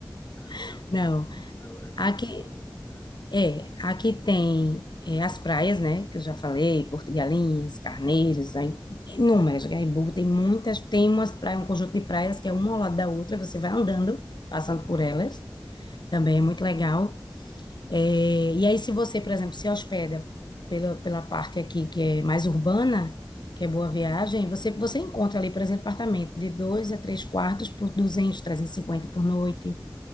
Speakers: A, on the left (about 30°); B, on the left (about 65°).
A: É,
B: <laughs>
A: é outro
B: não.
A: lado, é, é, é
B: Aqui,
A: Portal. É.
B: É, aqui tem é, as praias, né, que eu já falei, Porto de Galinhas, Carneiros, aí, inúmeras, Gaibu, tem muitas, tem umas praias, um conjunto de praias que é uma ao lado da outra, você vai andando, passando
A: Uhum,
B: por elas, também é muito legal. É, e aí, se você, por exemplo, se hospeda pela, pela parte aqui que é mais urbana, que
A: uhum,
B: é Boa Viagem, você, você encontra ali, por exemplo, apartamento de dois a três quartos por duzentos trezentos e cinquenta por noite,